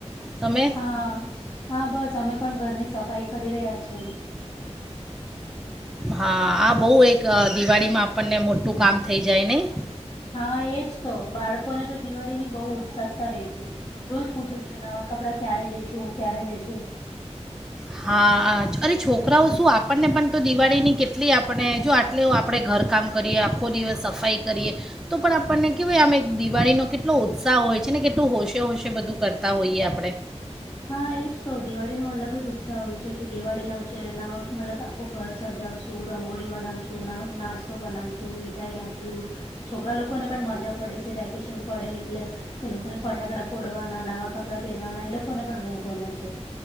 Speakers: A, in the centre; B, on the left (about 40°).
A: તમે.
B: હા, હા, બસ અમે પણ ઘરની સફાઈ કરી રહ્યા છીએ.
A: હા, દિવાળીમાં આપણને મોટું કામ થઈ જાય નહીં.
B: હા, એ જ તો, બાળકોને તો દિવાળીની બહુ ઉત્સુકતા રહી છે. રોજ પૂછે છે કે નવા કપડાં ક્યારે લઈશું, ક્યારે લઈશું.
A: હા અરે, છોકરાઓ શું આપણને પણ તો દિવાળીની કેટલી, આપણે જો આટલે આપણે ઘરકામ કરીએ, આખો દિવસ સફાઈ કરીએ. તો પણ આપણને કેવાય, આમ દિવાળીનો કેટલો ઉત્સાહ હોય છે ને, કેટલું હોંશે-હોંશે બધું કરતા હોઈએ આપણે.
B: હા, એ જ તો, દિવાળીનો અલગ જ ઉત્સાહ હોય છે કે દિવાળી આવશે ને, મતલબ આખું ઘર સજાવશે. રંગોળી બનાવીશું, નાસ્તો બનાવીશું, મીઠાઈ લાવીશું. છોકરાઓને પણ મજા પડે છે, વેકેશન પડે એટલે. એ લોકોને ફટાકડા ફોડવાના, નવા કપડાં પહેરવાના, એ લોકોને પણ બહુ ગમે છે.